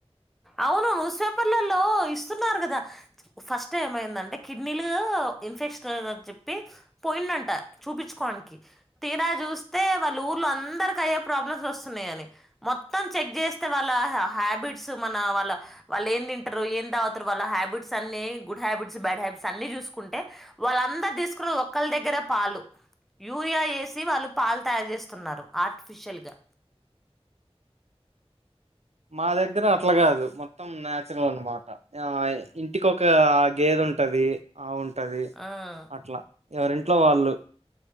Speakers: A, in the centre; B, on the right (about 80°).
A: అవును ఉస్ పేపర్లలో ఇస్తున్నారు కదా ఫస్ట్ ఏమైందంటే కిడ్నీలు ఇన్ఫెక్షన్ అని చెప్పి పోయిండంట చూపించుకోవడానికి తీరా చూస్తే వాళ్ళ ఊర్లో అందరికి అయ్యే ప్రాబ్లమ్స్ వస్తున్నాయ అని మొత్తం చెక్ చేస్తే వాళ్ళ హ్యాబిట్ స్ మన వాళ్ళ వాళెం తింటారు ఏం తాగుతారు వాళ్ళ హ్యాబిట్స్ అన్ని గుడ్ హ్యాబిట్స్ బ్యాడ్ హ్యాబిట్స్ అన్ని చూసుకుంటే వాళ్ళందరు తీసుకురు ఒక్కల్ దగ్గరె పాలు యూరియా వేసి వాళ్ళు పాలు తాగే స్తున్నారు ఆర్టిఫిషియల్ గా
B: మా దగ్గర అట్ల కాదు మొత్తం నాచురల్ అనమాట ఇంటికి ఒక గేద ఉంటది ఆ ఉంట వుంటది
A: ఆ
B: అట్ల ఎవరింట్లొ వాళ్ళు